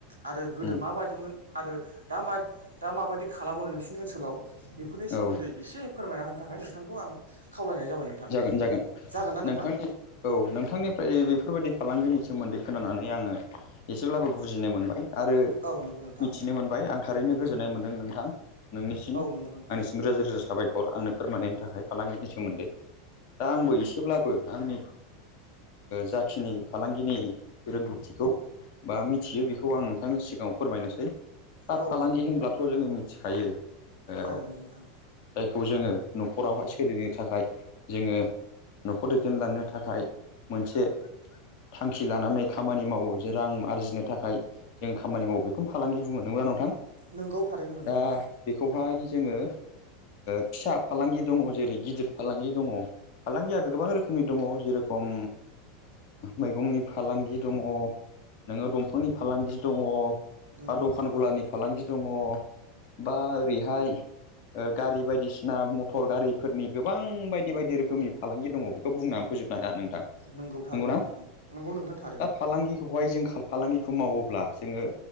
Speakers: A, on the right; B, on the left.
A: आरो गोदो
B: उम
A: माबायदिमोन आरो दा माबादि खालामो नोंसिोरनि ओनसोलाव बेफोरनि सोमोन्दै
B: औ
A: एसे फोरमायना होनो थाखाय नोंथांखौ आं खावलायनाय जाबाय नोंथां
B: जागोन जागोन
A: जागोन ना नोंथां
B: नोंथांनि औ नोंथांनिफ्राय बेफोरबायाददि फालांगिनि सोमोन्दै खोनानानै आङो एसेब्लाबो बुजिनो मोनबाय आरो
A: औ नंगौ नोंथां
B: मिथिनो मोनबाय आं थारैनो गोजोननाय मोनदों नोंथां नोंनिसिम
A: औ नंगौ नोंथां
B: आंनिसिम रोजा रोजा साबायखर आंनो फोरमायनायनि थाखाय फालांगिनि सोमोन्दै। दा आंबो एसेब्लाबो आंनि जाखिनि फालांगिनि रोंगौथिखौ बा मिथियो बेखौ आं नोंथांनि सिगाङाव फोरमायनोसै दा
A: औ
B: फालांगि
A: नंगौ नोंथां
B: होनब्लाथ' जोङो मिथिखायो ओ
A: औ नंगौ नोंथां
B: जायखौ जोङो न'खरावहाय सोलिनो थाखाय जोङो न'खौर दैदेनलांनो थाखाय मोनसे थांखि लानानै खामानि मावो जे रां आरजिनो थाखाय जों खामानि मावो बेखौनो फालांगि बुंनो नंगौ ना नोंथां
A: नोंगौ थारैनो नंगौ
B: दा
A: नोंथां
B: बेखौहाय जोङो फिसा फालांगि दङ जेरै गिदिर फालांगि दङ फालांगिया गोबां रोखोमनि दङ जेरखम मैगंनि फालांगि दङ नोङो दंफांनि फालांगि दङ
A: नोंगौ
B: बा दखान
A: नोंथां
B: गलानि
A: थारैनो
B: फालांगि दङ बा ओरैहाय गारि बायदिसिना मथर गारिफोरनि गोबां बायदि बायदि बायदि रोखोमनि फालांगि दङ बेखौ बुंनानै फोजोबनो हाया नोंथां। नंगौनाा
A: नोंगौ थारैनो नोंथां नोंगौ नोंथां थारैनो
B: दा फालांगिखौहाय जों फालांगिखौ मावोब्ला जोङो